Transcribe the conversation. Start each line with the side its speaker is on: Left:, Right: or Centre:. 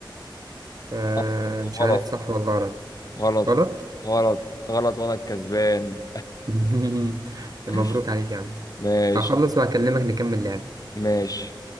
Right: آه
Left: آه،
Right: مش
Left: غلط
Right: عارف صح ولا غلط
Left: غلط
Right: غلط
Left: غلط غلط وأنا الكسبان
Right: <laughs> مبروك
Left: <laughs>
Right: عليك يا عم
Left: ماشي
Right: هخلص وهكلمك نكمل لعب
Left: ماشي